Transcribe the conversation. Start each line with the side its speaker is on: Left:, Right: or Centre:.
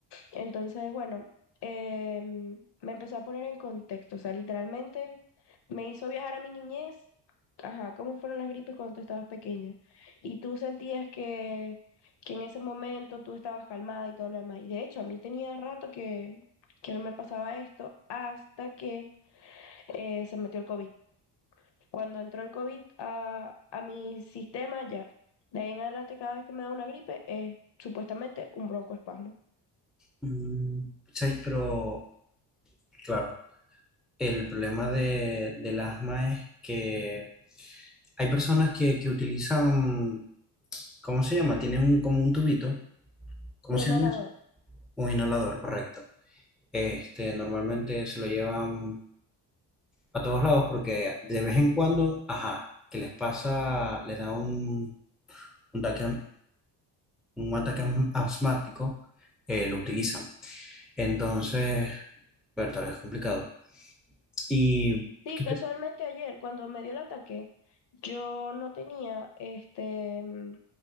Left: Entonces, bueno, em, me empezó a poner en contexto, o sea, literalmente me hizo viajar a mi niñez, ajá, cómo fueron las gripes cuando tú estabas pequeña. Y tú sentías que, que en ese momento tú estabas calmada y todo lo demás. Y de hecho, a mí tenía rato que, que no me pasaba esto hasta que eh, se metió el COVID. Cuando entró el COVID a, a mi sistema, ya. De ahí en adelante, cada vez que me da una gripe, es supuestamente un broncoespasmo.
Centre: Mm, sí, pero claro, el problema de, del asma es que hay personas que, que utilizan, ¿cómo se llama? Tienen un, como un tubito, ¿cómo
Left: Un
Centre: se
Left: inhalador.
Centre: llama eso? Un inhalador, correcto. Este, normalmente se lo llevan a todos lados porque de vez en cuando, ajá, que les pasa, les da un, un ataque, un ataque asm- asmático, eh, lo utilizan. Entonces, verdad, es complicado. Y,
Left: Sí,
Centre: ¿qué
Left: casualmente
Centre: te-
Left: ayer, cuando me dio el ataque, yo no tenía este mm,